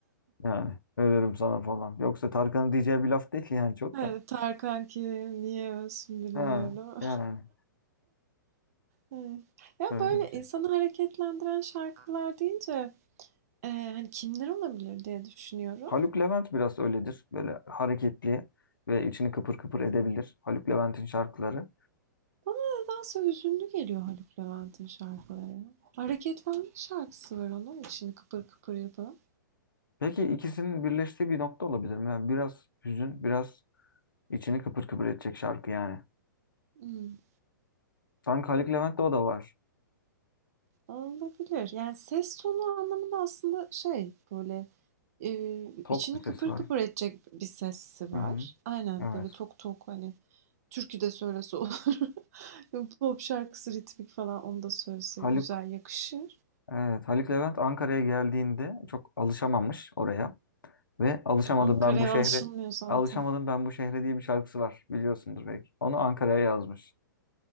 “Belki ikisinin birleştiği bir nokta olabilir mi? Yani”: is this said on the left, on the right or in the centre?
Left